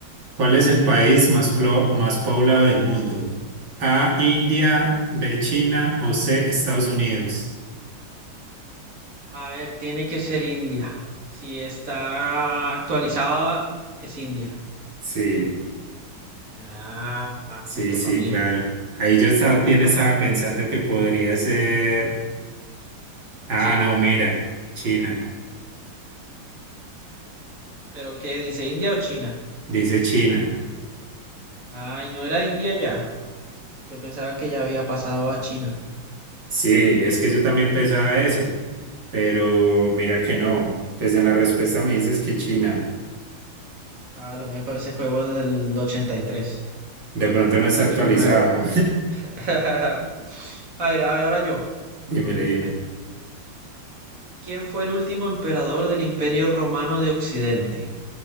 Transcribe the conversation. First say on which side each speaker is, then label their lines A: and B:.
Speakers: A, on the right; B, on the right.
A: ¿Cuál es el país más, plo- más poblado del mundo? A, India, B, China o C, Estados Unidos.
B: A ver, tiene que ser India. Si está actualizada, es India.
A: Sí,
B: Ah, más
A: sí,
B: punto
A: sí,
B: para mí.
A: claro. Ahí yo también
B: Jaja.
A: estaba pensando que podría ser... Ah,
B: China.
A: no, mira, China.
B: ¿Pero qué dice India o China?
A: Dice China.
B: Ay, no era India ya. Yo pensaba que ya había pasado a China.
A: Sí, es que yo también pensaba eso, pero mira que no. Pues en la respuesta me dices que China.
B: A lo mejor ese juego es del 83.
A: De pronto no
B: Cómprate
A: está actualizado.
B: uno nuevo. <laughs> A ver, a ver, ahora yo.
A: <laughs> Dímele, dime.
B: ¿Quién fue el último emperador del Imperio Romano de Occidente?